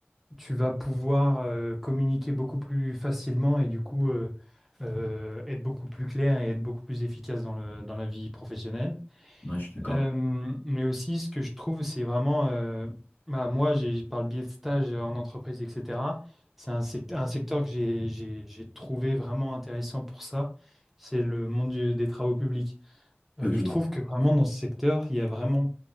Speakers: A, in the centre; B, on the left.
A: tu vas pouvoir euh, communiquer beaucoup plus facilement et du coup euh, euh, être beaucoup plus clair et être beaucoup plus efficace dans le, dans la vie professionnelle.
B: ouais, je suis d'accord.
A: Euh, mais aussi, ce que je trouve, c'est vraiment, euh, bah, moi, j'ai, par le biais de stages euh, en entreprise, etc., c'est un secteur, un secteur que j'ai, j'ai, j'ai trouvé vraiment intéressant pour ça, c'est le monde du- des travaux publics. Euh,
B: Ok.
A: je trouve que vraiment dans ce secteur, il y a vraiment